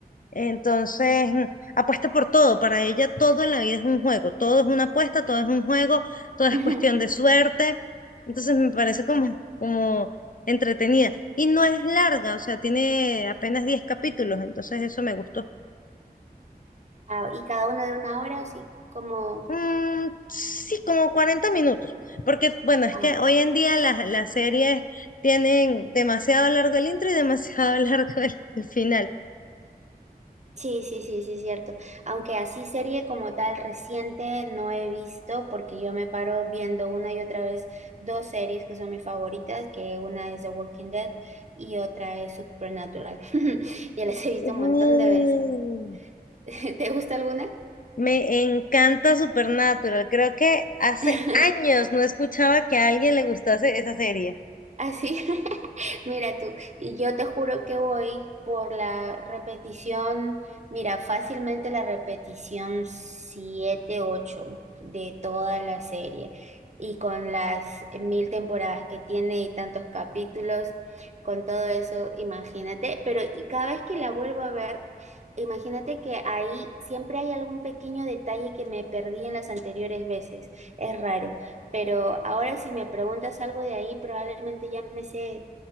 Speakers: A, on the left; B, on the right.
A: Entonces, mm, apuesta por todo. Para ella todo en la vida es un juego. Todo es una apuesta, todo es un juego, todo es
B: <laughs>
A: cuestión de suerte. Entonces, me parece como, como entretenida. Y no es larga, o sea, tiene apenas 10 capítulos. Entonces, eso me gustó.
B: Ah, ¿y cada una de una hora o sí? Como...
A: Mm, sí, como 40 minutos, porque bueno, es
B: Ah,
A: que
B: ok.
A: hoy en día las, las series tienen demasiado largo el intro y demasiado <laughs> largo el, el final.
B: Sí, sí, sí, sí, es cierto. Aunque así serie como tal reciente no he visto, porque yo me paro viendo una y otra vez dos series que son mis favoritas, que una es The Walking Dead y otra es Supernatural. <laughs> Ya las he visto
A: Uh,
B: un montón de veces. <laughs> ¿Te gusta alguna?
A: me encanta Supernatural, creo que hace
B: <laughs>
A: años no escuchaba que a alguien le gustase esa serie.
B: ¿Así? Mira tú, y yo te juro que voy por la repetición, mira, fácilmente la repetición 7 8 de toda la serie. Y con las mil temporadas que tiene y tantos capítulos, con todo eso, imagínate. Pero y cada vez que la vuelvo a ver, imagínate que ahí siempre hay algún pequeño detalle que me perdí en las anteriores veces. Es raro. Pero ahora si me preguntas algo de ahí, probablemente ya me sé